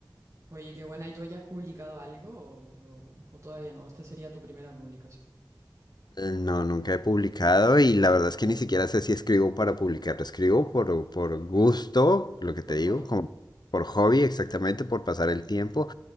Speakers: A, on the right; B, on the left.
A: Oye, qué buena. ¿Y tú ya has publicado algo o, o- o todavía no? Esta sería tu primera publicación.
B: Eh, No, nunca he publicado y la verdad es que ni siquiera sé si escribo para publicar. Escribo por, por gusto, lo que te
A: Por
B: digo,
A: hobby.
B: como por hobby exactamente, por pasar el tiempo.